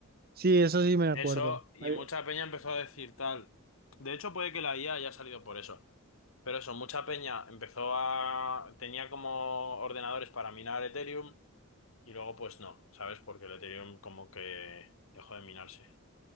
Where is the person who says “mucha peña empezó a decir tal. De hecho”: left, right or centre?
Left